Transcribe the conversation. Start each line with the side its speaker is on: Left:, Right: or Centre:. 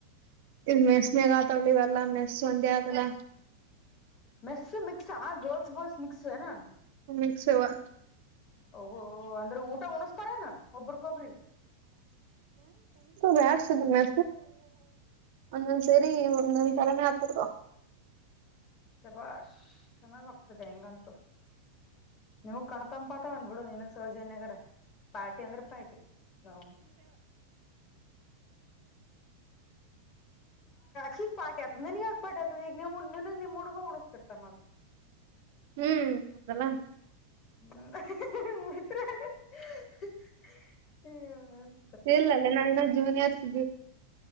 Right: ಇಲ್ ಮೆಸ್ನಗ ಆತಾಗಲಿ ಇವಲ್ಲಾ ಮೆಸ್ ಒಂದೆ ಅದಲ್ಲ.
Left: ಮೆಸ್ ಮಿಕ್ಸ ಗಲ್ಸ್ ಬಾಯ್ಸ್ ಮಿಕ್ಸೆನು.
Right: ಮಿಕ್ಸವಾ
Left: <inaudible> ಓಹ ಅಂದ್ರೆ ಊಟ ಉಣಸ್ತಾರನ ಒಬ್ರಕೊಬ್ರಿ.
Right: ಬ್ಯಾಡ್ಸುದ ಮೆ ಒಂದೊಂದ್ ಸೇರಿ ಒಂದೊಂದ್ ತರಾನೇ ಆತರದು.
Left: ಶಬಾಷ್ ಚೆನ್ನಾಗಕ್ತದೆಂಗಂತು. ನಿಮಗ್ ಕಣತಂಪಾತ ಬಂದ್ಬಿಡು ನೀನ್ಗ್ ಸೌಜನ್ಯಗರ. ಪಾರ್ಟಿ ಅಂದ್ರೆ ಪಾರ್ಟಿ ನೌನ್. ಹೀಗ್ ಪಾಯತದ ನನ್ಗಗ್ ಪಾ ಆಯತದ ಈಗ ನಗ್ ನಿಮ್ ಹುಡುಗ ಉಡಿಸಸ್ತಿರ್ತಾನ.
Right: ಹ್ಮ್ ಅದಲ್ಲ.
Left: <inaudible>
Right: ಇಲ್ಲಲ್ಲೇ ನಾವನ್ನ ಜೂನಿಯರ್ಸ್.